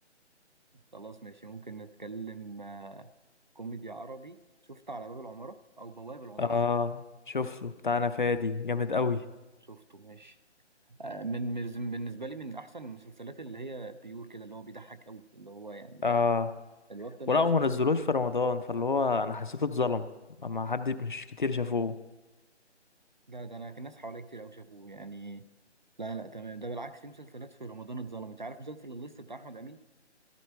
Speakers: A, on the right; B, on the left.
A: خلاص ماشي ممكن نتكلم آه، كوميدي عربي شفت على باب العمارة او بواب
B: <laughs>
A: العمارة
B: اه شفته بتاعنا فادي جامد قوي
A: اه شفته ماشي آه، من من- بالنسبه لي من احسن المسلسلات اللي هي بيور كده اللي هو بيضحك قوي اللي هو يعني
B: اه
A: الواد طلع
B: ولا
A: بشخصيته
B: هو منزلوش في رمضان فاللي هو انا حسيته اتظلم ما حد مش كتير شافوه
A: لا ده انا كان ناس حواليا كتير قوي شافوه يعني لا لا تمام ده بالعكس في مسلسلات في رمضان اتظلمت عارف مسلسل الليست بتاع احمد امين